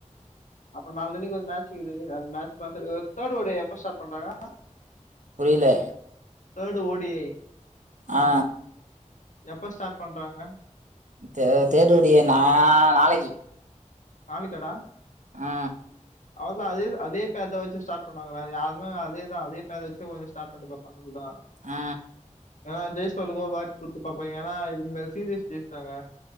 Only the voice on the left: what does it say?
அப்புறோ நாலனைக்கு ஒரு மேட்ச் இயக்குவது அது மேட்ச் பாத்து <unintelligible> எப்ப ஸ்டார்ட் பண்றாங்க
தேடு ஓடிஐ
எப்ப ஸ்டார்ட் பண்றாங்க
நாலிக்கடா
அவ்ளோ தா அதே அதே பேர்தா வச்சி ஸ்டார்ட் பண்ணாங்களா வேற யாமே அதேதா அதே பேர் வச்சி கொஞ்ச ஸ்டார்ட் பண்ணி பாப்பாங்க அவ்ளோ தா
ஏன்னா ஜெய்ஸ்வால்க்கு ஒரு வாய்ப்பு குடுத்து பாப்பாங்க ஏன்னா இதுமே சீரியஸ் ஜெயிஸ்டாங்க